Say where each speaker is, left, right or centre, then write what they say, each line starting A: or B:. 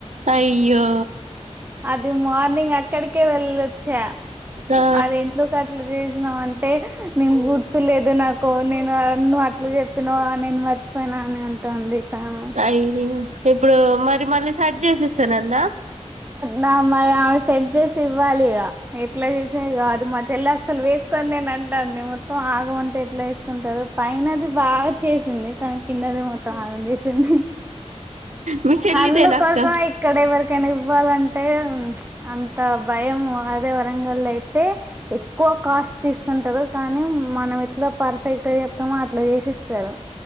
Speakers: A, on the right; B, on the right.
A: అయ్యో
B: అది మార్నింగ్ అక్కడికే వెళ్లొచ్చా
A: ఆ
B: అది ఎందుకు అట్లా చేసినావ్ అంటే నేను గుర్తులేదు నాకు నేను నువు అట్లు చెప్పినావ్ నేను మ మర్చిపోయిన అని అంటాంది తను
A: అయ్యో ఇప్పుడు మరి మళ్ళీ సజ్ జసిస్ తనంద
B: నా మరి ఆమె సెట్ జేసి ఇవ్వాలిగా ఎట్లా చేసేవి కాదు మా చెల్లి అస్సలు వేసుకొని నేను అం అంటాంది మొ మొత్తం ఆగమంటే ఎట్లా వేసుకుంటారు పైన అది బాగా చేసింది కానీ కిందనే మొత్తం ఆగం చేసింది
A: మీ చెల్లిదేనా
B: అందుకోసమె
A: అక్క
B: ఎవరికైనా ఇవ్వాలంటే అం అంత భయం అదే వరంగల్లో అయితే ఎక్కువ కాస్ట్ తీసుకుంటారు కానీ మనం ఎట్లా పర్ఫెక్ట్ గా చెప్తామో అట్లా చేసి ఇస్తారు